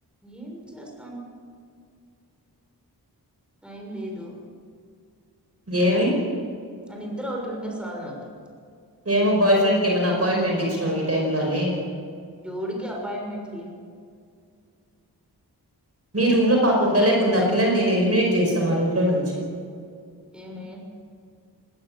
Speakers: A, in the centre; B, on the right.
A: ఏం చేస్తం టైం లేదు
B: ఏమి
A: న నిద్ర ఒటి ఉంటే సాల్ నాకి
B: ఏమో బాయ్ ఫ్రెండ్కి ఏమన్న అపాయింట్మెంట్ ఇచ్చినావ్ ఈ టైమ్ లో అని
A: జోడికి అపాయింట్మెంట్ లే
B: మీ రూమ్ లో పాప ఉండలేకుంన్న పిల్లని నేను ఎలిమినేట్ చేస్తాం ఆ రూమ్ లో నుంచి
A: ఏమీ